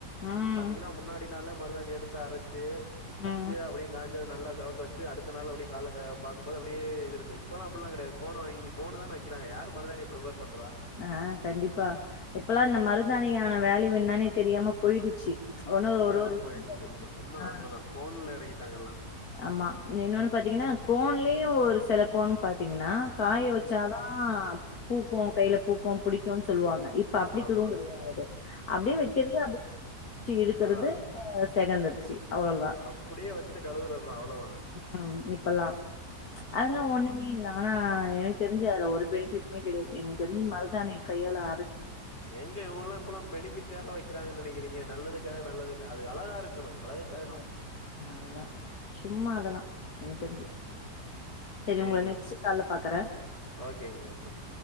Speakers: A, on the left; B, on the left.
A: ம்
B: பாத்தீங்கன்னா முன்னாடி நாளே மருதானி எடுத்து அரச்சு வச்சு
A: ம்
B: அப்டி காஞ்சு அது நல்லா செவக்கவச்சு அடுத்த நாள் அப்டி கால கா பாக்கும் போது அப்டியே இது இருக்கு இப்போல்லா அப்பெல்லா கெடா கோண வாங்க கோணு தானே வைக்கிறாங்க யாரு மருதானிய ப்ரிஃபர் பண்றா
A: ஆ கண்டிப்பா இப்பல்லா இந்த மருதாணியான வேல்யு என்னானே தெரியாம போயிடுச்சு ஒன்னு
B: தெரியாம
A: ஒரு ஒரு வீ
B: போயிடுச்சு உண்ம உண்மதா
A: ஆ
B: உண்மதா கோன்ல எறங்கிட்டாங்க எல்லா
A: ஆமா இன்னொன்னு பாத்தீங்கன்னா கோன்லயே ஒரு சில கோன் பாத்தீங்கன்னா காய வெச்சாதா
B: ம்
A: பூக்கு கையில பூக்கு புடிக்குன் சொல்லுவாங்க இப் ப அப்டிக்குடுவு
B: ஆமா
A: முடியாது அப்டியே வைக்கிறது அப்டி ச்சு இருக்குறது
B: அதா அதா
A: ஆ செகந்துடீச்சு அவ்வளதா
B: அப்டியே வெச்சிட்டு கழுகுறதா அவ்ளோதா
A: ஆ இப்பல்லா அதெல்லா
B: ஆமா
A: ஒண்ணுமே இல்லா ஆனா எனக்கு தெரிஞ்சு அதுல ஒரு பெனிஃபிட்மே கெடையாது எனக்கு தெரிஞ்சு மருதானி கையால அர
B: எங்க இவங்கல்லா இப்பெல்லா பெனிஃபிட்காக வைக்கிறாங்க நெனைக்கிறீங்க நல்லதுக்காக நல்லது அது அழகா இருக்கு அழகு
A: அது அவ்ளதா சும்மா அதெல்லா எனக்கு தெரிஞ்சு
B: ம்
A: சரி
B: சேரிங்க
A: உங்கள நெக்ஸ்ட்
B: சிஸ்டர்
A: கால்ல பாக்குறே
B: ஓகேங்க ஓகேங்க